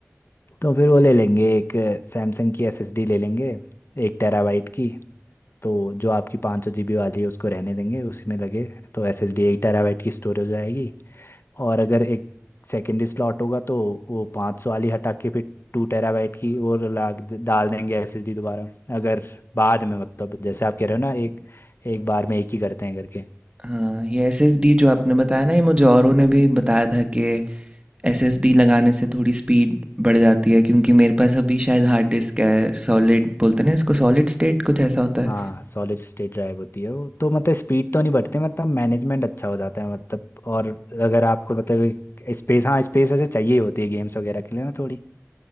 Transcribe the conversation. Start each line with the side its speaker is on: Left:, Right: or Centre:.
Left: तो फिर वो ले लेंगे एक सैमसंग की एस एस डी ले लेंगे एक टेराबाइट की तो जो आपकी पाँच सौ जीबी वाली है उसको रहने देंगे उसी में लगे तो S S D eight terabyte की स्टोरेज आएगी और अगर एक सेकेंडरी स्लॉट होगा तो वो पाँच सौ वाली हटा के फिर टू टेराबाइट की वो ला डाल देंगे एस एस डी दोबारा अगर बाद में मतलब जैसे आप कह रहे हो ना एक एक बार में एक ही करते हैं करके
Right: हाँ ये एस एस डी जो आपने बताया ना ये मुझे औरों ने भी बताया था कि एस एस डी लगाने से थोड़ी स्पीड बढ़ जाती है क्योंकि मेरे पास अभी शायद हार्ड डिस्क है सॉलिड बोलते हैं ना इसको सॉलिड स्टेट कुछ ऐसा होता है
Left: हाँ सॉलिड स्टेट ड्राइव होती है वो तो मतलब स्पीड तो नहीं बढ़ती मतलब मैनेजमेंट अच्छा हो जाता है मतलब और अगर आपको मतलब स्पेस हाँ स्पेस वैसे चाहिए ही होती है गेम्स वगैरह के लिए ना थोड़ी